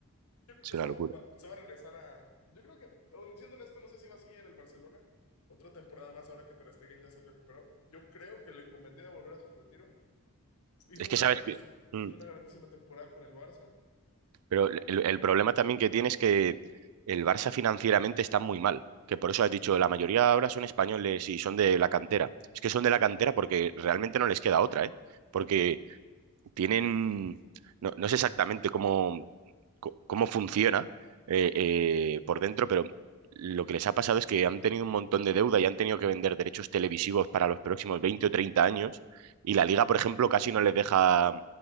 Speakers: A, on the left; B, on the right.
A: Yo creo
B: es
A: que
B: una
A: se va,
B: locura.
A: va- se va a regresar a... Yo creo que, siendo honesto, no sé si va a seguir en el Barcelona otra temporada más ahora que Ter Stegen ya se recuperó. Yo creo que le convendría volver a su retiro. Hizo
B: Es
A: una
B: que sabes
A: grandísima,
B: que... mm.
A: una grandísima temporada con el Barça.
B: Pero el, el problema también que tiene es que el Barça financieramente está muy mal, que por eso has dicho, la mayoría ahora son españoles y son de la cantera. Es que son de la cantera porque realmente no les queda otra, ¿eh? Porque tienen, no, no sé exactamente cómo, co- cómo funciona eh, eh, por dentro, pero lo que les ha pasado es que han tenido un montón de deuda y han tenido que vender derechos televisivos para los próximos 20 o 30 años y la liga, por ejemplo, casi no les deja